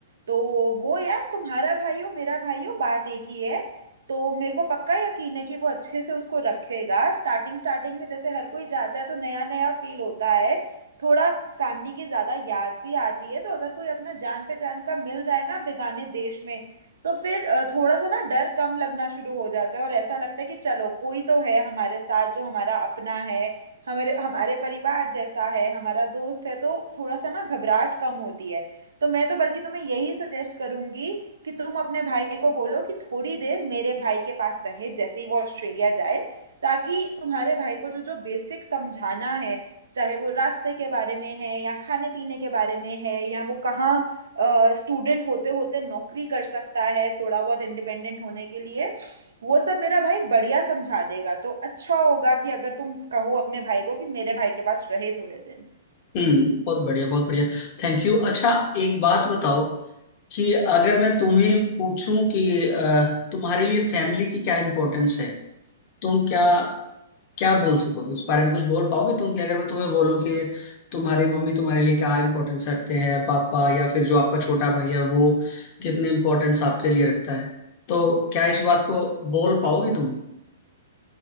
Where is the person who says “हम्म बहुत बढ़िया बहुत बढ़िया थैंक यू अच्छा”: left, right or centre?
Left